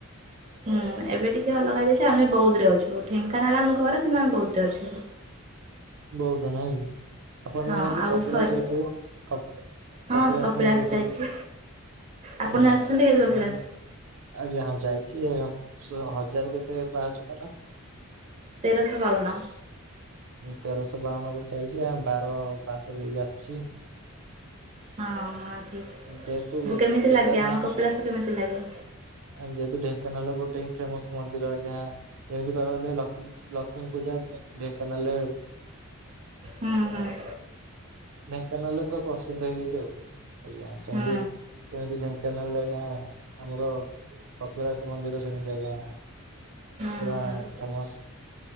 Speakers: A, on the right; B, on the right.
A: ହୁଁ ଏବେ ଟିକେ ଅଲଗା ହେଇଯାଇଛି ଆମେ ବୌଦ୍ଦରେ ଅଛୁ ଢେଙ୍କାନାଳ ଆମ ଘର କିନ୍ତୁ ଆମେ ବୌଦ୍ଧରେ ଅଛୁ ଏବେ। ହଁ।
B: ବୌଦ୍ଧ ନାଇଁ କି ଆପଣ
A: ହଁ
B: ତ ନିହାତି
A: ଆଉ
B: କପିଳାସ
A: ଘରେ
B: ଯାଇଥିବ। କପ୍
A: ହଁ
B: କପିଳାସ ନିହାତି ଯାଇଥିବେ
A: ଯାଇଛି ଆପଣ
B: <unintelligible>
A: ଆସିଛନ୍ତି କେବେ କପିଳାସ?
B: ମାମ୍। ଆଜ୍ଞା ହଁ ଯାଇଛି ଆଉ ସେ ହଜାରେ କେତେ ପାହାଚ ପରା।
A: ତେରଶ ବାଉନ।
B: ମୁଁ ତେରଶ ବାଉନକୁ ଯାଇଚି ଆଉ ବାର ବାଙ୍କ ଦେଇ ବି ଆସଚି।
A: ହଁ ହଁ ଠିକ୍।
B: ଯେ ତୁ
A: କେମିତି
B: କେଦାରନାଦ୍
A: ଲାଗେ ଆମ କପିଳାସ
B: ଆଁ
A: କେମିତି ଲାଗେ?
B: ଆଁ ଯେହେତୁ ଢେଙ୍କାନାଳର ଗୋଟେ ହିଁ ଫେମସ୍ ମନ୍ଦିର ଆଜ୍ଞା ଯେମିତି କହିବାକୁ ଗଲେ ଲକିଡ୍ ଲକ୍ଷୀମି ପୂଜା ଢେଙ୍କାନାଲରେ
A: ହୁଁ ହୁଁ।
B: ଢେଙ୍କାନାଲରେ ପୁରା ପ୍ରସିଦ୍ଧ ହେଇଯାଇଚି ଆଉ ଆଜ୍ଞା ସେମିତି
A: ହୁଁ
B: କୁହନ୍ତି ଢେଙ୍କାନାଳରେ ଆଜ୍ଞା ଆମର କପିଳାସ ମନ୍ଦିର ସେମିତି ଆଜ୍ଞା।
A: ହୁଁ
B: ପୁରା
A: ହୁଁ
B: ଫ୍ରେମସ୍